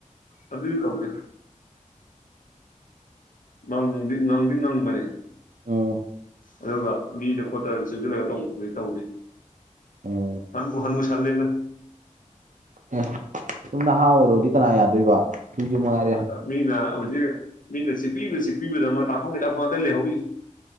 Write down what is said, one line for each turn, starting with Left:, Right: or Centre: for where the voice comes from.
Left: ꯑꯗꯨꯗꯤ ꯇꯧꯗꯦ ꯉꯪꯗꯤ ꯉꯪꯗꯤ ꯉꯪꯕꯅꯦ
Right: ꯎꯝ
Left: ꯑꯗꯨꯒ ꯃꯤꯗ ꯈꯣꯠꯇꯅ ꯆꯦꯟꯁꯤꯜꯂꯒ ꯇꯧꯕ ꯈꯣꯠꯄꯗꯤ ꯇꯧꯗꯦ
Right: ꯎꯝ
Left: ꯍꯟꯕꯨ ꯍꯅꯨ ꯁꯜꯂꯦꯗ
Right: ꯑꯦ ꯁꯨꯝ ꯅꯍꯥ ꯑꯣꯏꯔꯣꯗꯤ ꯀꯅꯥ ꯌꯥꯗꯣꯏꯕ ꯍꯨꯏꯖꯨꯃꯉꯥꯏ
Left: ꯑꯗ ꯃꯤꯅ ꯍꯧꯖꯤꯛ ꯃꯤꯅ ꯆꯤꯛꯄꯤꯕ ꯆꯤꯛꯄꯤꯕꯗ ꯃꯥ ꯗꯥꯛꯐꯝꯒꯤ ꯗꯥꯛꯐꯝ ꯉꯥꯛꯇ ꯂꯩꯍꯧꯔꯤ